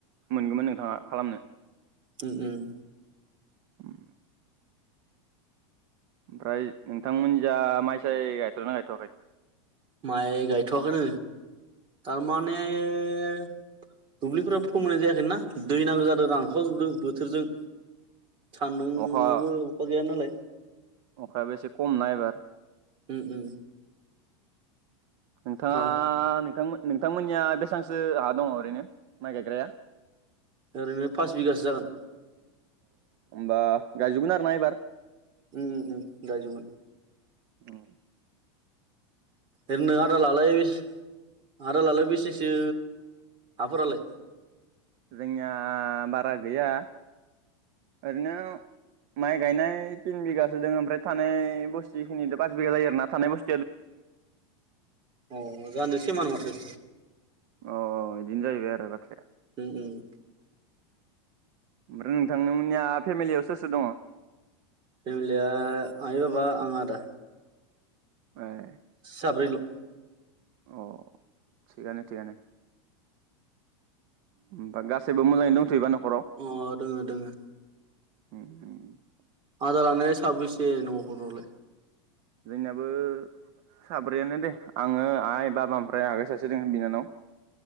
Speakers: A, on the right; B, on the right.
A: मोनगौमोन नोंथाङा खालामनो
B: उम उम
A: उम ओमफ्राय नोंथांमोननि जा माइसाय गायथ'गोना गायथआखै
B: माइ गायथ'वाखैनो थारमाने <inaudible> दुब्लिफ्राबो फोमोयनाय जायाखैना दै नांगौ जादों रांखावजोबदों बोथोरजों सान्दुंआबो
A: अखा
B: अखा गैाया नालाय
A: अखायाबो एसे खम ना एबार
B: उम उम
A: नोंथाङा
B: रान
A: नोंथांमोन नोंथांमोननिया बेसांसो हा दङ ओरैनो माइ गायग्राया
B: ओरैनो फास बिगासो जागोन
A: बा गायजोबगोन आरो ना एबार
B: उम उम उम गायजोबगोन
A: औ
B: एरैनो आदा लालाय आरो आदालाहालाय बेसेसो हाफोरालाय
A: जोंया बारा गैया ओरैनो माइ गायनाय तिन बिगासो दङ ओमफ्राय थानाय बुस्थुखिनिथ' पास बिघा जायो आरोना थानाय बुस्थु
B: अ जाहानिदों सेमानो माथो
A: अ औ बिदिनो जाहैबाय आरो बाथ्राया
B: उम उम
A: ओमफ्राय नोंथांमोननिया फेमिलियाव सोर सोर दङ
B: फेमिलिया आइ बाबा आं आदा
A: ए
B: साब्रैल'
A: अ थिगानो थिगानो होमबा गासैबो मोजाङै दंथ'योबा नख
B: अ दोङो दोङो
A: होम
B: आदालाहालाय साबैसे न'खरावलाय
A: बैनियाबो साब्रैयानो दे आङो आइ बाबा ओमफ्राय आगै सासे दोङो बिनानाव